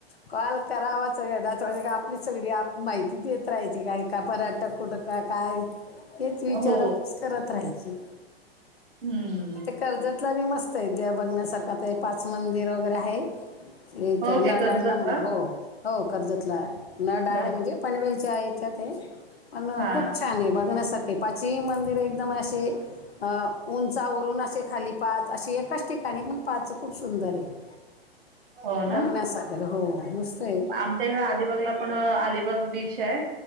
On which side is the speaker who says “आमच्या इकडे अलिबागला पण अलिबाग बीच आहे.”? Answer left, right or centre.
Right